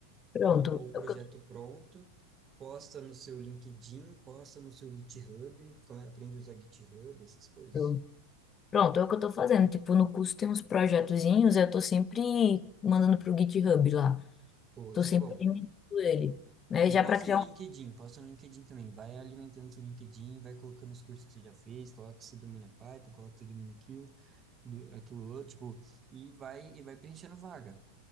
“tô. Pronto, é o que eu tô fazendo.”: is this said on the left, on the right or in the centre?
Left